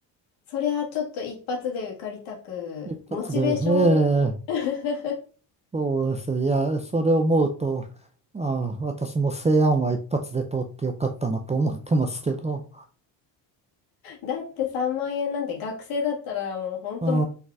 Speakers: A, on the left (about 65°); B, on the right (about 15°).
A: それはちょっと一発で受かりたく、
B: 一発で。
A: モチベーション。
B: ええ、
A: <laughs>
B: そうですよ。いや、それを思うと、ああ、私も西安は一発で通ってよかったなと思ってますけど。
A: だって3万円なんて学生だったらもう本当、
B: う
A: ち